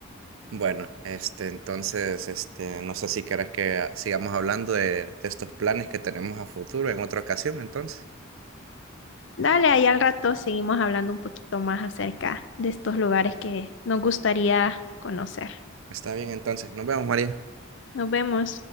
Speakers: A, on the right; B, on the left.
A: Bueno, este, entonces, este, no sé si querés que ah, sigamos hablando de, de estos planes que tenemos a futuro en otra ocasión, entonces.
B: Dale, ahí al rato seguimos hablando un poquito más acerca de estos lugares que nos gustaría conocer.
A: Está bien, entonces. Nos vemos, María.
B: Nos vemos.